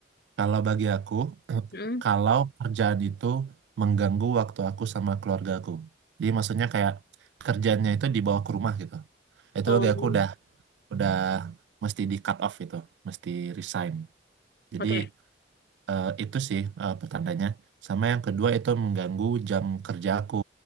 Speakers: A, on the right; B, on the left.
A: Kalau bagi aku, <clears throat>
B: Hmm?
A: kalau kerjaan itu mengganggu waktu aku sama keluarga aku, jadi maksudnya kayak kerjaannya itu dibawa ke rumah gitu. Itu
B: Oh,
A: bagi aku udah udah mesti di cut off itu mesti resign. Jadi
B: oke.
A: Eh, itu sih eh, pertandanya. Sama yang kedua itu mengganggu jam kerja aku.